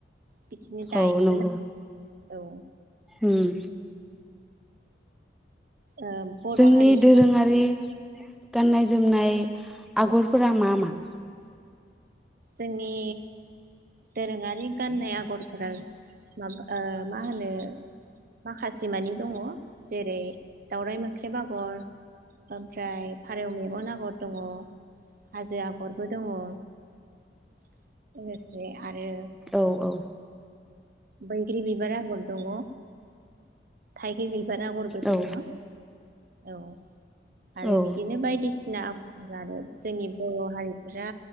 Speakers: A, on the right (about 55°); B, in the centre.
A: बिदिनो दायो
B: औ नंगौ
A: मोन <unintelligible> औ
B: उम
A: ओ बर'
B: जोंनि
A: हारिफोरा
B: दोरोङारि गाननाय जोमनाय
A: औ
B: आगरफोरा मा मा
A: जोंनि दोरोङारि गाननाय आगरफोरा माबा ओ मा होनो माखासे मानि दङ जेरै दावराइ मोख्रेब आगर ओमफ्राय फारौ मेगन आगर दङ हाजो आग गरबो दङ लोगोसे आरो
B: औ औ
A: बैग्रि बि बार आगर दङ थाइगिर बिबार आगरबो दोङो
B: औ
A: औ आरो
B: औ
A: बिदिनो बायदिसिना आखरफोर आरो जोंनि बर' हारिफोरा